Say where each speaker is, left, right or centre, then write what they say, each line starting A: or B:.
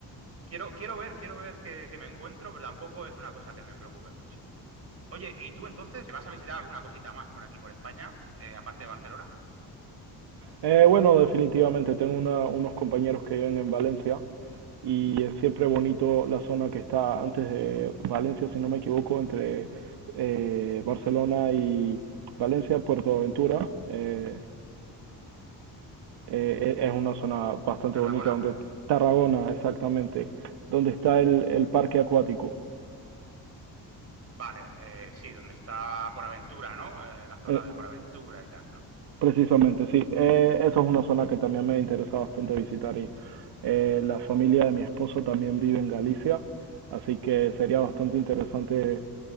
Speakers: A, on the right; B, on the right.
A: quiero, quiero ver, quiero ver qué, qué me encuentro, pero tampoco es una cosa que me preocupe mucho. Oye, ¿y tú entonces vas a visitar alguna cosita más por aquí, por España, eh, aparte de Barcelona?
B: Eh, bueno, definitivamente tengo una- unos compañeros que viven en Valencia y es siempre bonito la zona que está antes de Valencia, si no me equivoco, entre eh, Barcelona y Valencia, Puerto Ventura. eh, eh, e- es una zona bastante
A: Tarragona.
B: bonita donde Tarragona, exactamente, donde está el, el parque acuático.
A: Vale, eh, sí, donde está por aventura, ¿no? Eh, la zona
B: Eh,
A: de por aventura y tal, ¿no?
B: precisamente, sí. Eh, eso
A: Ajá,
B: es una zona que también me interesa bastante visitar y eh, la familia de mi esposo también vive en Galicia, así que sería bastante interesante